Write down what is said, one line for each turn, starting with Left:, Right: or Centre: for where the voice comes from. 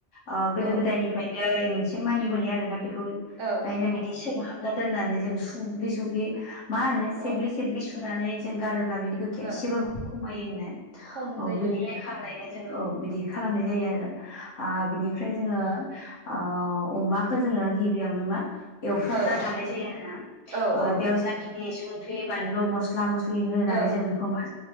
Left: ओ गोदो
Right: औ
Left: गोदायनिफ्रायनो। <unintelligible> मोनसे मानिबोनाय आरो ना बि ख्रुइ
Right: औ
Left: नायनो
Right: औ
Left: बिदि सिं हाब। ना दोन्नानै जों सुग्लि सुग्लि मा होनो
Right: औ
Left: सेग्लि सेग्लि सु सुनानै जों गारोब अब्ला बिनि गोखाया
Right: औ
Left: एसेबाबो खमायोनो
Right: खम
Left: अ
Right: जायो
Left: बिनि
Right: होनदों
Left: लेखा लायनो जोङो औ बिदि खालामनाय जायो आरो आ बिनिफ्राय
Right: ओं
Left: जोङो ओ अमाखो जोङो गिबियावनो मा एवफ्रामना
Right: ओं
Left: लानाय जायो आरो ना
Right: औ
Left: ओ
Right: औ
Left: बेयाव जाखिनि संख्रि बानलु मसला मस दै होनानै
Right: औ
Left: जों बेखौ मा